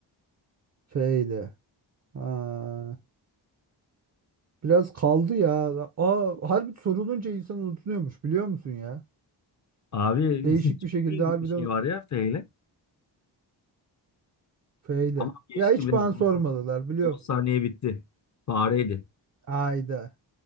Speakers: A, on the right; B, on the left.
A: Şeyde. Ha, biraz kaldı ya. Aa, harbi sorulunca insan unutuluyormuş biliyor musun ya?
B: Abi
A: Değişik
B: <laughs>
A: bir
B: çok
A: şekilde
B: bilindik
A: harbiden
B: bir şey var ya feyle.
A: feyle.
B: Ama geçti
A: Ya hiç
B: bile.
A: bana
B: on
A: sormadılar biliyor
B: on
A: musun?
B: saniye bitti. Fareydi.
A: Ayda.